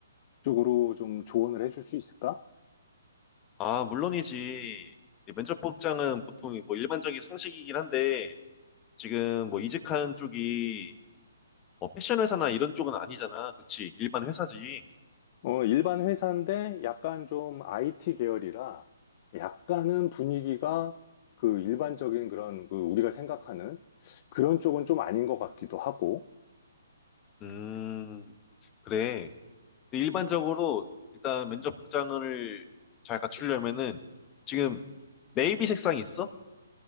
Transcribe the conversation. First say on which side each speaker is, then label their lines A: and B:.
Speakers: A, on the left; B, on the left.
A: 그쪽으로 좀 조언을 해줄 수 있을까?
B: 아, 물론이지. 이 면접 복장은 보통 뭐 일반적인 상식이긴 한데, 지금 뭐 이직한 쪽이 뭐 패션 회사나 이런 쪽은 아니잖아. 그치? 일반 회사지.
A: 어, 일반 회사인데 약간 좀 IT 계열이라 약간은 분위기가 그 일반적인 그런 그 우리가 생각하는 그런 쪽은 좀 아닌 것 같기도 하고
B: 음, 그래. 근데 일반적으로 일단 면접 복장을 잘 갖추려면은 지금 네이비 색상이 있어?